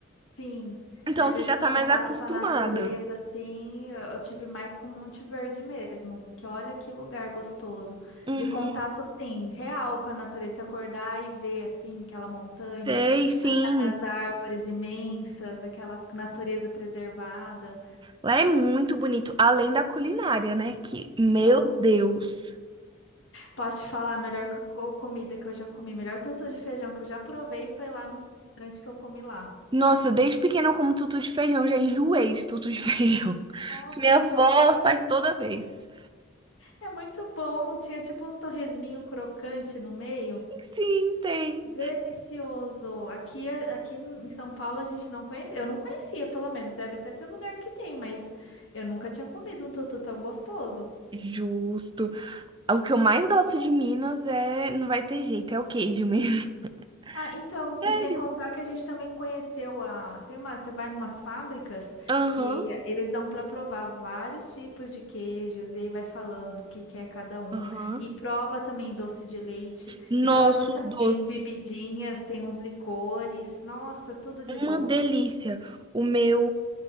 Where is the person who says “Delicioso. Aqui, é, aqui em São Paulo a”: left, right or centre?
Left